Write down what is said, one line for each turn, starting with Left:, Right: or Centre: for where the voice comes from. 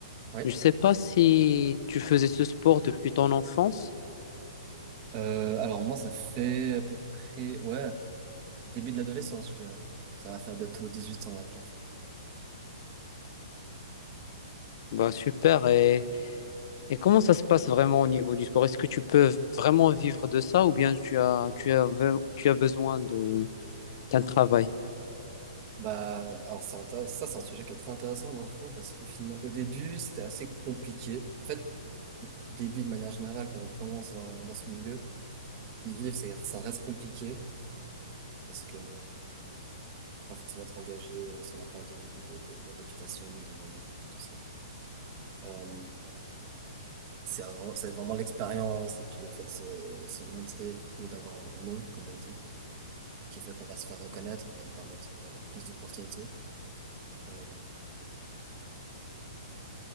Right: ouais.
Left: je ne sais pas si tu faisais ce sport depuis ton enfance.
Right: Euh, alors moi, ça fait à peu près, ouais, début de l'adolescence, je dirais. Ça va faire bientôt huit ans, ouais, que j'en fais.
Left: Bah super, et Et comment ça se passe vraiment au niveau du sport? Est-ce que tu peux vraiment vivre de ça ou bien tu as, tu as, tu as besoin de, d'un travail?
Right: Bah, alors c'est intér- ça, c'est un sujet qui est très intéressant dans le fond, parce qu'au final, au début, c'était assez compliqué. En fait, début de manière générale, quand on commence dans, dans ce milieu, Y vivre, c'est- ça reste compliqué parce que euh, pas forcément être engagé euh, si on n'a pas de, de, de, de réputation, de renom, tout ça. Euh, c'est un- c'est vraiment l'expérience et puis le fait de se, se montrer, du coup, d'avoir un nom, comme on dit, qui fait qu'on va se faire reconnaître, qui va nous permettre d'avoir plus d'opportunités. Euh,